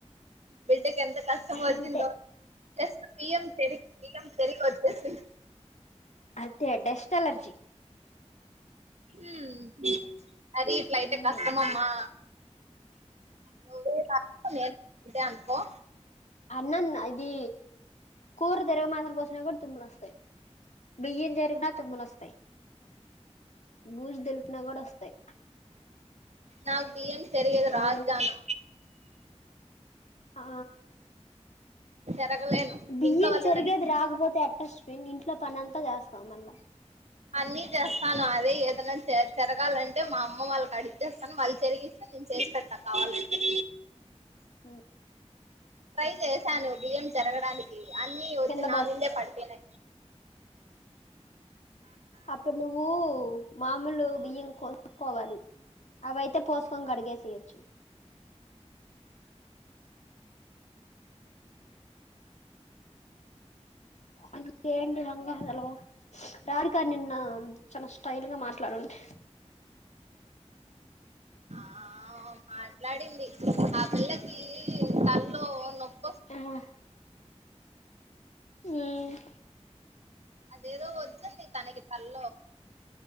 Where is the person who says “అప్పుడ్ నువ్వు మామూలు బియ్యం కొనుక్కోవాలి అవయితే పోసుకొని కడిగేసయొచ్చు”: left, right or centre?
Left